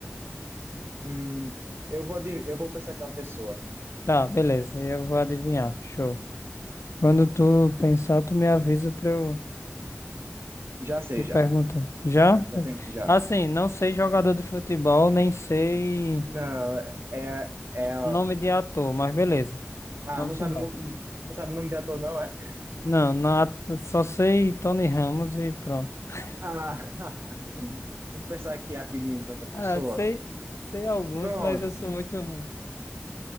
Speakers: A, on the right; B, on the left.
A: Hum, eu vou, adi- eu vou pensar que é uma pessoa.
B: Tá, beleza, eu vou adivinhar. Show. Quando tu pensar, tu me avisa pra eu
A: Já sei,
B: ir
A: já.
B: perguntando. Já?
A: Já
B: Beleza.
A: pensei, já.
B: Assim, não sei jogador de futebol, nem sei
A: Não, é, é...
B: nome de ator, mas beleza.
A: Ah,
B: Vamos
A: não sabe,
B: embora.
A: não, não sabe o nome de ator, não, é?
B: Não, na- só sei Tony Ramos e pronto. <laughs>
A: Ah, <laughs> deixa eu pensar aqui rapidinho, então, outra pessoa.
B: Ah, sei, sei alguns,
A: Pronto,
B: mas eu sou muito ruim.